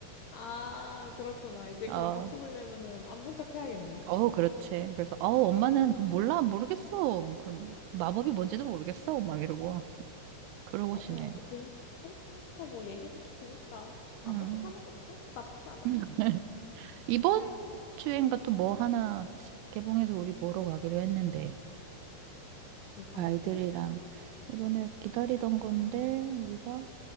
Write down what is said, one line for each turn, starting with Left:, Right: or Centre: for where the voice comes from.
Left: 아, 그렇구나. 이제
Right: 어,
Left: 그럼 같이 보려면은 안 본 척 해야겠네.
Right: 어, 그렇지. 그래서, 어, 엄마는
Left: 아.
Right: 그 몰라, 모르겠어. 그럼 마법이 뭔지도 모르겠어. 막 이러고. 그러고
Left: 맞아.
Right: 지내.
Left: 어차피 해- 해리포터 뭐 얘기도 기니까 안
Right: 음.
Left: 본 척 하는 것도 나쁘지 않아.
Right: <laughs> 이번 주엔가 또 뭐 하나 개봉해서 우리 보러 가기로 했는데.
Left: 뭐가
Right: 아이들이랑
Left: 있지?
Right: 이번에 기다리던 건데 우리가